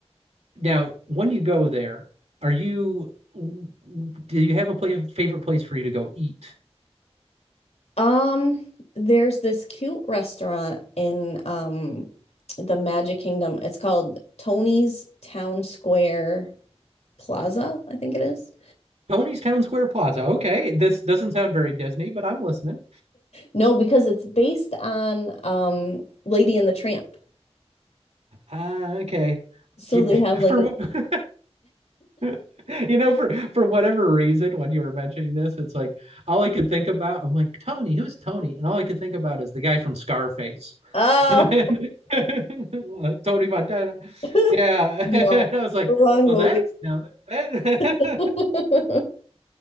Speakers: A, on the right; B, on the left.
A: now when you go there, are you w- w- do you have a place, favorite place for you to go eat?
B: Um, there's this cute restaurant in um the Magic Kingdom. It's called Tony's Town Square Plaza, I think it is.
A: Tony's Town Square Plaza. Okay, this doesn't sound very Disney, but I'm listening.
B: No, because it's based on um Lady and the Tramp.
A: Ah, okay.
B: So
A: You-
B: they have
A: <laughs>
B: like
A: for
B: a
A: what? <laughs> <laughs> You know, for for whatever reason, when you were mentioning this, it's like all I could think about. I'm like Tony, who's Tony? And all I could think about is the guy from Scarface,
B: oh
A: <laughs> and, <laughs> Tony Montana.
B: <laughs>
A: Yeah,
B: no,
A: <laughs> and I was like,
B: wrong
A: well,
B: movie.
A: that's not that,
B: <laughs>